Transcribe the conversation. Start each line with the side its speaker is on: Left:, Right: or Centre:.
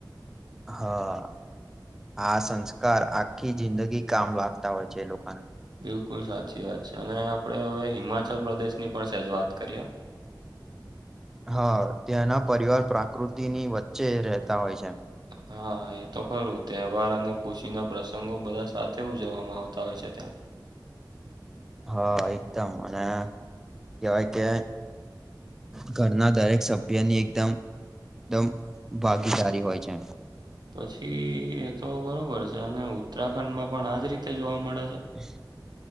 Centre: હા આ સંસ્કાર આખી જિંદગી કામ લગતા હોય છે એ લોકોને
Right: બીલકુલ સાચી વાત છે અને આપણે હવે હિમાચલ પ્રદેશ ની પણ સેજ વાત કરીએ
Centre: હા ત્યાંના પરિવાર પ્રકૃતિની વચ્ચે રહેતા હોય છે
Right: હા એ તો ખરું તહેવાર અને ખુશી ના પ્રસંગો બધા સાથે ઉજવવામાં આવતા હોય છે ત્યાં
Centre: હા એકદમ અને કેવાય કે ઘરના દરેક સભ્યની એકદમ એકદમ ભાગીદારી હોય છે
Right: પછી એ તો બરોબર છે અને ઉત્તરાખંડમાં પણ આજ રીતે જોવા મળે છે
Centre: હમ